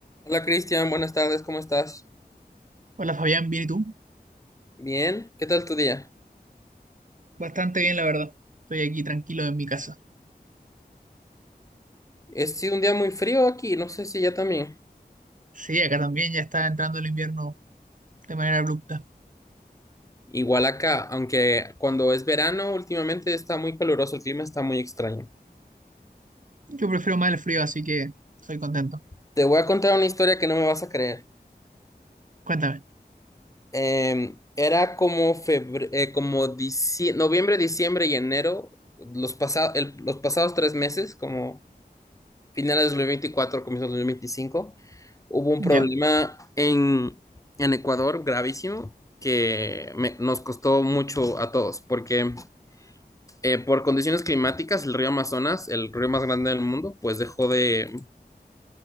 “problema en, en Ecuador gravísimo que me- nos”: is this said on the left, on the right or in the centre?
Left